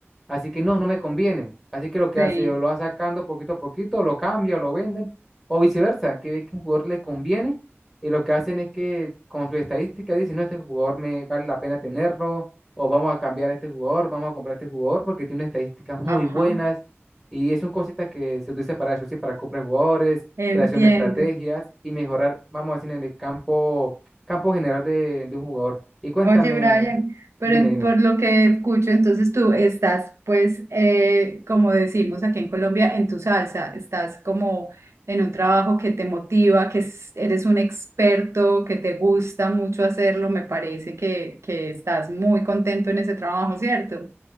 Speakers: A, in the centre; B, on the right.
A: así que no, no me conviene. Así que lo que
B: sí,
A: hace, o lo va sacando poquito a poquito, lo cambia, o lo venden, o viceversa, que ve que un jugador le conviene, y lo que hacen es que con su estadística dicen, no, este jugador me vale la pena tenerlo, o vamos a cambiar a este jugador, vamos a comprar a este jugador, porque tiene unas estadísticas muy
B: ajá.
A: buenas, y son cositas que se utiliza para eso, sí, para comprar jugadores,
B: Entiendo.
A: creación de estrategias y mejorar, vamos a decir, en el campo, campo general de, de un jugador. Y cuéntame,
B: Oye, Brian, pero
A: dime,
B: en-
A: dime.
B: por lo que escucho, entonces tú estás, pues, eh, como decimos aquí en Colombia, en tu salsa, estás como en un trabajo que te motiva, que es- eres un experto, que te gusta mucho hacerlo, me parece que, que estás muy contento en ese trabajo, ¿cierto?